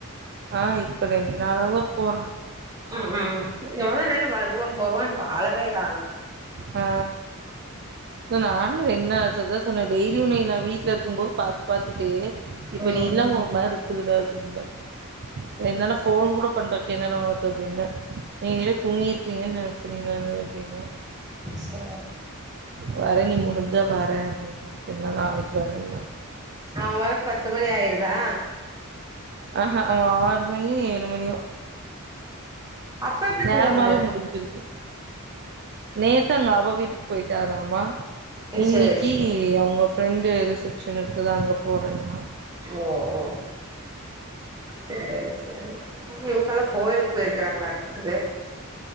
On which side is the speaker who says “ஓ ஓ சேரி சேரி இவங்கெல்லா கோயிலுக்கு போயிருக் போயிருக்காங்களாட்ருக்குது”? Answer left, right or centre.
Right